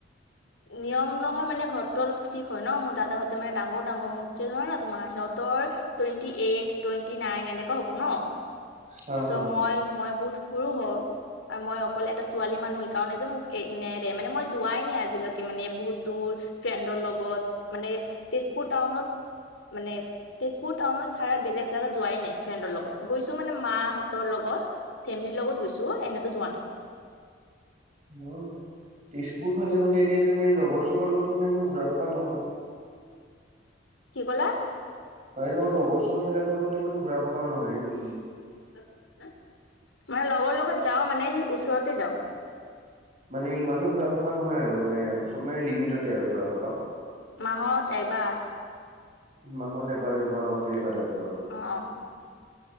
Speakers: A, on the left (about 80°); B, on the right (about 40°).
A: নিয়ম নহয় মানে ঘৰতো অলপ ষ্টিক হয় ন মোৰ দাদাহঁতে মানে ডাঙৰ ডাঙৰ মোচে ধৰে ন তোমাৰ সিহঁতৰ টুৱেণ্টি এইট টুৱেণ্টি নাইন এনেকা হ'ব ন
B: হা
A: ত
B: হা
A: মই মই সৰু হয় আৰু মই অকলে এটা ছোৱালী মানুহ সেইকাৰণে যে মোক নেৰে মানে মই যোৱাই নাই আজি। আজিলৈকে মানে বহুত দূৰ ফ্ৰেডৰ লগত মানে তেজপুৰ টাউনত। মানে, তেজপুৰ টাউন চাৰ বেলেগ জেগাত যোৱাই নাই ফ্ৰেণ্ডৰ লগত গৈছো মানে মাহঁতৰ লগত। ফেমেলিৰ লগত গৈছো এনেতো যোৱা নাই।
B: উম তেজপুৰ ফালে মানে এনেই তুমি লগৰ চগৰ লগত মানে ইমান ঘুৰা পকা নহয়।
A: কি কলা।
B: মানে তোমাৰ লগৰ চগৰ বিলাকৰ লগততো ইমান ঘুৰা পকা নহয় সেইটো বুজিছো।
A: তাত না। মানে লগৰ লগত যাওঁ মানে ওচৰতে যাওঁ।
B: মানে ইমানো ঘূৰা পকা নহয় আৰু মানে চব মানে লিমিটতে আৰু ঘূৰা পকা।
A: মাহত এবাৰ।
B: মাহত এবাৰ দুবাৰ অ তেনেকুৱা টাইপৰ আৰু
A: অ অ,